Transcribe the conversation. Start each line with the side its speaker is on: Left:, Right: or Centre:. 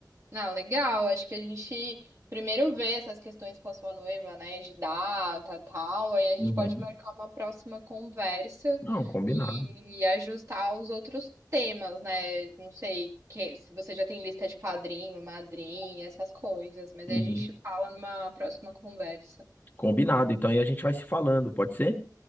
Right: não, legal. Acho que a gente primeiro vê essas questões com a sua noiva, né, de data, tal. Aí a gente
Left: Uhum.
Right: pode marcar uma próxima conversa
Left: Não, combinado.
Right: e ajustar os outros temas, né? Não sei que, se você já tem lista de padrinho, madrinha, essas coisas. Mas
Left: Uhum.
Right: aí a gente fala numa próxima conversa.
Left: Combinado. Então aí a gente vai se falando, pode ser?